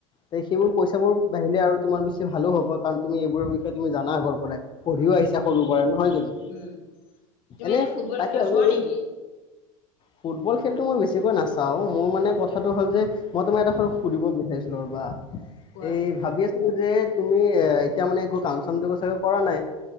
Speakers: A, on the left (about 25°); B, on the left (about 55°).
A: তে সেইবোৰ পইচাবোৰ বাঢ়িলে আৰু তোমাৰ বেছি ভালো হব কাৰণ তুমি এইবোৰবিষয়ে তুমি জানা আগৰ পৰাই পঢ়িও আহিছা সৰুৰ পৰাই নহয় জানো
B: উম, তুমি
A: এনে
B: ফুটবল
A: তাকে
B: খেলা
A: আৰু
B: চোৱা
A: এই
B: নেকি?
A: <inaudible> ফুটবল খেলটো মই বেছিকৈ নাচাও মোৰ মানে কথাটো হ'ল যে মই তোমাৰ এটা সুধিব বিচাৰিছিলো ৰবা
B: কোৱা
A: এই ভাবি আ ছিলো যে তুমি এ এতিয়া মানে একো কাম চামটো চাগে কৰা নাই